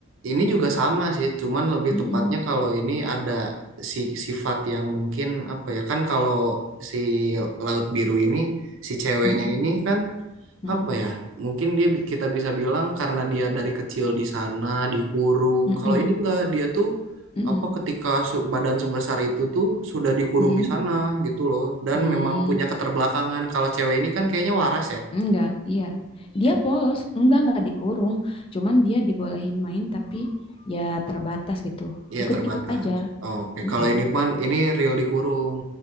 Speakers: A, on the right; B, on the left.
A: Ini juga sama sih, cuman lebih
B: Mm-mm,
A: tepatnya kalau ini ada si sifat yang mungkin apa ya kan kalau si laut biru ini si ceweknya
B: mm-mm,
A: ini kan
B: mm-mm,
A: apa ya mungkin dia bi- kita bisa bilang karena dia dari kecil di sana dikurung.
B: mm-mm,
A: Kalau ini enggak dia tuh
B: mm-mm,
A: apa ketika su- badan sebesar itu tuh sudah dikurung
B: mm-mm,
A: di sana gitu loh dan
B: mm,
A: memang punya keterbelakangan. Kalau cewek ini kan kayaknya waras ya.
B: Enggak, iya.
A: Kayak-
B: Dia polos, enggak enggak dikurung, cuman dia dibolehin main tapi ya terbatas gitu.
A: Iya
B: Ikut-ikut
A: terbatas.
B: aja.
A: Oke,
B: Mm-mm.
A: kalau ini pan ini real dikurung.